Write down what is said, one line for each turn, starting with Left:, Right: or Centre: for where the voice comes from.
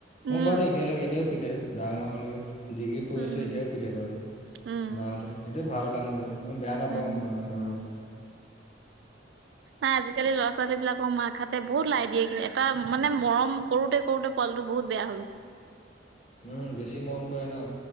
Right: উম
Left: মোক বাৰ দে এতিয়ালৈকে এতিয়াও পিটে ডাঙৰকে ডিগ্ৰী পৰি
Right: উম
Left: আছোঁ এতিয়াও পিটে বাৰু
Right: উম
Left: মাহতে সেইটো ভাল কাম কৰে মই বেয়া নাপাওঁ
Right: উম
Left: মাৰাৰক
Right: নাই আজিকালি ল'ৰা ছোৱালী বিলাক অ', মাক হাতে বহুত লাই দিয়ে কি এটা মানে মৰম কৰোতে কৰোতে পোৱালিটো বহুত বেয়া হৈ গৈছে।
Left: উম বেছি মৰম কৰে ন